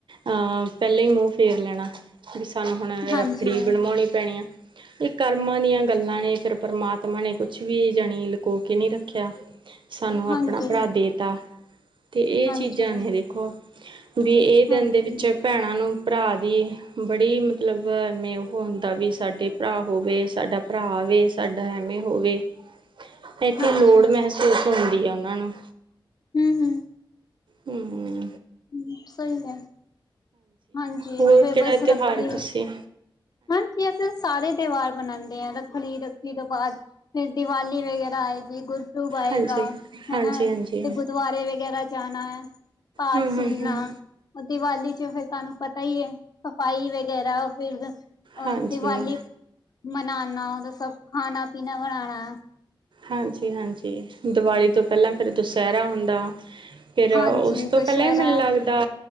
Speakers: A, on the right; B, on the left.
A: ਅਹ ਪਹਿਲਾਂ ਹੀ ਮੂੰਹ ਫੇਰ ਲੈਣਾ, ਵੀ ਸਾਨੂੰ ਹੁਣ
B: ਹਾਂਜੀ
A: ਰੱਖੜੀ ਬਣਵਾਉਣੀ ਪੈਣੀ ਆ। ਇਹ ਕਰਮਾਂ ਦੀਆਂ ਗੱਲਾਂ ਨੇ ਫਿਰ ਪਰਮਾਤਮਾ ਨੇ ਕੁਛ ਵੀ ਜਾਣੀ ਲੁਕੋ ਕੇ ਨੀ ਰੱਖਿਆ।
B: <inaudible>
A: ਸਾਨੂੰ
B: ਹਾਂਜੀ
A: ਆਪਣਾ ਭਰਾ ਦੇਤਾ। ਤੇ ਇਹ
B: ਹਾਂਜੀ
A: ਚੀਜ਼ਾਂ ਨੇ ਦੇਖੋ, ਵੀ ਇਹ ਦਿਨ
B: ਹਾਂਜੀ
A: ਦੇ ਵਿੱਚ ਭੈਣਾਂ ਨੂੰ ਭਰਾ ਦੀ, ਬੜੀ ਮਤਲਬ ਆ ਐਵੇਂ ਹੁੰਦਾ ਵੀ ਸਾਡੇ ਭਰਾ ਹੋਵੇ ਸਾਡਾ ਭਰਾ ਆਵੇ ਸਾਡਾ ਐਵੇਂ ਹੋਵੇ ਇੱਥੇ
B: ਹਾਂਜੀ
A: ਲੋੜ ਮਹਿਸੂਸ ਹੁੰਦੀ ਐ ਉਹਨਾਂ ਨੂੰ
B: ਹਮ -ਹਮ!
A: ਹਮ।
B: ਹਮ ਸਹੀ ਆ। ਹਾਂਜੀ
A: ਹੋਰ
B: ਤੇ ਫਿਰ
A: ਕਿਹੜਾ
B: ਬਸ
A: ਤਿਉਹਾਰ
B: ਰੱਖੀ ਲਉ,
A: ਤੁਸੀਂ
B: ਹਾਂਜੀ। ਸਾਰੇ ਤਿਊਵਾਰ ਮਨਾਦੇ ਆ, ਰੱਖੜੀ, ਰੱਖੜੀ ਤੋਂ ਬਾਅਦ ਫਿਰ ਦੀਵਾਲੀ ਵਗੈਰਾ ਆਏਗੀ ਗੁੜ ਪੁਰਬ ਆਏਂਗਾ
A: ਹਾਂਜੀ ਹਾਂਜੀ
B: ਹਨਾ, ਤੇ
A: ਹਾਂਜੀ
B: ਗੁਰਦੁਵਾਰੇ ਵਗੈਰਾ ਜਾਣਾ ਏ। ਪਾਠ
A: ਹਮ
B: ਸੁਣ
A: ਹਮ ਹਮ
B: ਨਾ ਦੀਵਾਲੀ 'ਚ ਫਿਰ ਤੁਹਾਨੂੰ ਪਤਾ ਈ ਏ, ਸਫ਼ਾਈ ਵਗੈਰਾ ਫਿਰ ਅ
A: ਹਾਂਜੀ
B: ਦੀਵਾਲੀ ਮਨਾਣਾ, ਉਹਦਾ ਸਭ ਖਾਣਾ ਪੀਣਾ ਬਨਾਣਾ।
A: ਹਾਂਜੀ -ਹਾਂਜੀ, ਦੀਵਾਲੀ ਤੋਂ ਪਹਿਲਾਂ ਫਿਰ ਦੂਸਹਿਰਾ ਹੁੰਦਾ। ਫਿਰ
B: ਹਾਂਜੀ
A: ਉਸ ਤੋਂ
B: ਦੁਸਹਿਰਾ
A: ਪਹਿਲਾਂ ਈ ਮੈਨੂੰ ਲੱਗਦਾ